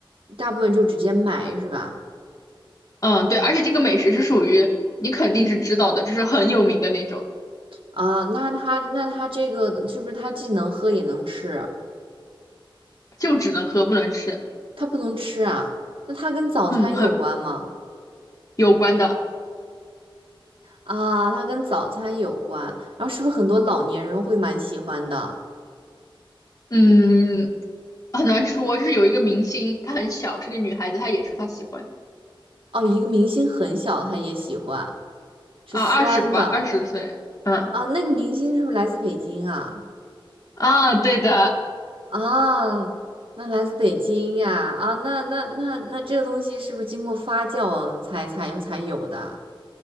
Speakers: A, on the right; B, on the left.
A: 大部分就直接买是吧？
B: 嗯，对，而且这个美食是属于你肯定是知道的，就是很有名的那种，
A: 啊，那它那它这个是不是它既能喝也能吃？
B: 就只能喝不能吃，
A: 它不能吃啊？那它跟早餐有关吗？
B: 嗯，很有关的，
A: 啊，它跟早餐有关。然后是不是很多老年人会蛮喜欢的？
B: 嗯，很难说，就是有一个明星，她很小，是个女孩子，她也说她喜欢
A: 哦，一个明星很小，他也喜欢，是酸的
B: 啊，二十吧，二十岁，嗯。
A: 啊。那个明星是不是来自北京啊？
B: 啊，对的，
A: 啊，那来自北京呀？啊，那那那那这个东西是不是经过发酵才才才有的啊？